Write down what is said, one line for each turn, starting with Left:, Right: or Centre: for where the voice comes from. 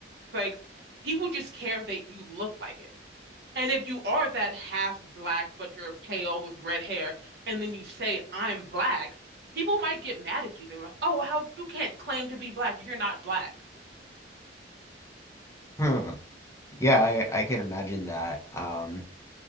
Right: Like people just care if they you look like it. And if you are that half black, but you're pale with red hair, and then you say, I'm black, people might get mad at you. They're like, oh, how you can't claim to be black. You're not black.
Left: Hmm. Yeah, I, I can imagine that. Um,